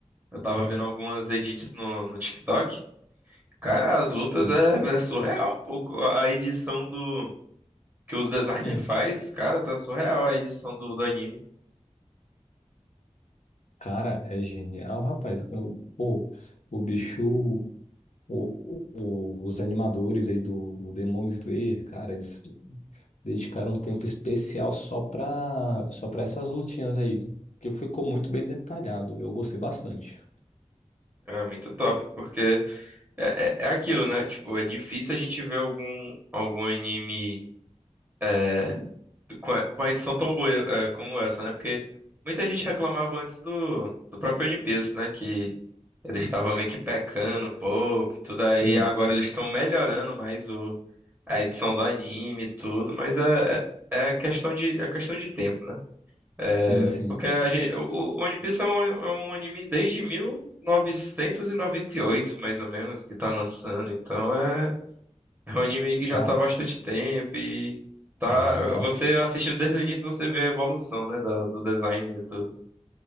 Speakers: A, on the right; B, on the left.
A: Eu tava vendo algumas edits no, no TikTok. Cara, as lutas
B: sim.
A: é, é surreal um pouco. A edição do que os designers
B: Hum,
A: faz, cara, tá surreal a edição do, do anime.
B: cara, é genial, rapaz. Eu- Pô, o bicho. O, o- os animadores aí do Demon Slayer, cara, eles Dedicaram um tempo especial só para só para essas lutinhas aí, que ficou muito bem detalhado. Eu gostei bastante.
A: É muito top, porque é, é, é aquilo, né? Tipo, é difícil a gente ver algum, algum anime. é, com a, com a edição tão boa eh, como essa, né? Porque muita gente reclamava antes do, do próprio One Piece, né? Que eles estavam meio que pecando um pouco e tudo aí.
B: Sim,
A: Agora eles estão melhorando mais o, a edição do anime e tudo, mas é, é, é questão de, é questão de tempo, né? É,
B: sim, sim.
A: porque a gente, o o One Piece é um, é um anime desde 1998, mais ou menos, que tá lançando, então é é um anime que
B: Cara,
A: já tá há bastante tempo e tá.
B: ah,
A: Você assistindo desde o início, você vê a evolução, né? da- do design e tudo.